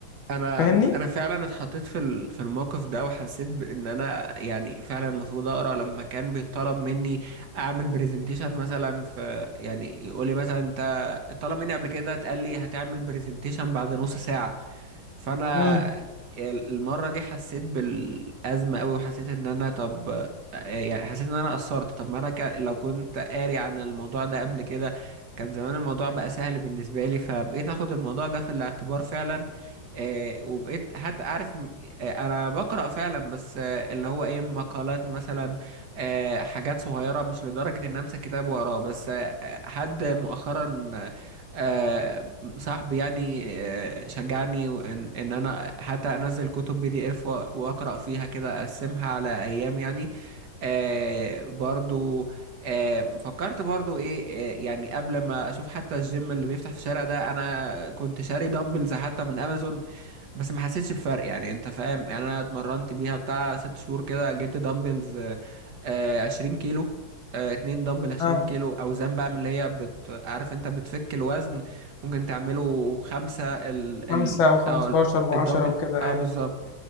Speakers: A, on the right; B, on the left.
A: انا
B: فاهمني
A: انا فعلا اتحطيت في ال- في الموقف ده وحسيت بان انا يعني فعلا المفروض اقرا لما كان بيطلب مني اعمل برزنتيشن مثلا في يعني يقول لي مثلا انت طلب مني قبل كده اتقال لي هتعمل برزنتيشن بعد نص ساعه فانا
B: امم
A: المره دي حسيت بالازمه قوي وحسيت ان انا طب يعني حسيت ان انا قصرت طب ما انا ك... لو كنت قاري عن الموضوع ده قبل كده كان زمان الموضوع بقى سهل بالنسبه لي فبقيت اخد الموضوع ده في الاعتبار فعلا آه وبقيت حتى عارف م- آه انا بقرا فعلا بس آه اللي هو ايه مقالات مثلا آه حاجات صغيره مش لدرجه ان امسك كتاب واقراه بس آه حد مؤخرا آه صاحبي يعني آه، شجعني ان ان انا حتى انزل كتب بي دي اف واقرا فيها كده اقسمها على ايام يعني آه برضو آه فكرت برضو ايه آه يعني قبل ما اشوف حتى الجيم اللي بيفتح في الشارع ده انا كنت شاري دامبلز حتى من امازون بس ما حسيتش بفرق يعني انت فاهم يعني انا اتمرنت بيها بتاع ست شهور كده جبت دمبلز آه، 20 كيلو آه، اتنين دمبل 20
B: اه
A: كيلو اوزان بقى من اللي هي بت... عارف انت بتفك الوزن ممكن تعمله خمسة ال ال
B: خمسة وخمستاشر
A: اه
B: وعشرة
A: الدمبل
B: وكده
A: اه بالظبط